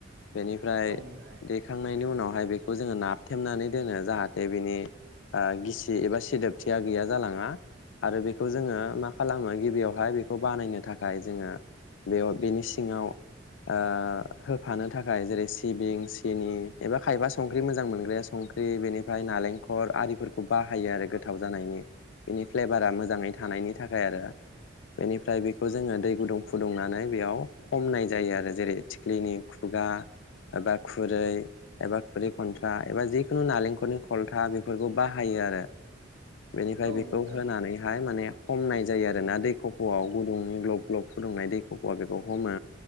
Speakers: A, on the left; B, on the right.
A: बेनिफ्राय
B: औ नोंथां
A: देखांनायनि उनावहाय बेखौ जोङो नाथेमनानै दोनो जाहाथे बिनि आं गिसि एबा सिदोबथिया गैया जालाङा आरो बेखौ जोङो मा खालामो गिबियावहाय बेखौ बानायनो थाखाय जोङो बिनि सिंआव ओ होफानो थाखाय जेरै सिबिं सिनि एबा खायबा संख्रि मोजां मोनग्राया संख्रि बेनिफ्राय नालेंखर आरि खौ बाहायो आरो गोथाव जानायनि बेनि फ्लेभारा मोजाङै थानायनि थाखाय आरो बेनिफ्राय बेखौ जोङो दै गुदुं फुदुंनानै बेयाव हमनाय जायो आरो जेरै थिख्लिनि खुगा एबा खुरै एबा खुरै खन्थ्रा एबा जिखुनु नालेंखलनि खलथा बेफार बाहायो आरो बेनिफ्राय
B: औ
A: बेखौ
B: नोंथां
A: होनानैहाय माने हमनाय जायो आरो ना दैखफ'आव गुदुंनि ग्लब ग्लब फुदुंनाय दै खफ'वाव बेखौ हमो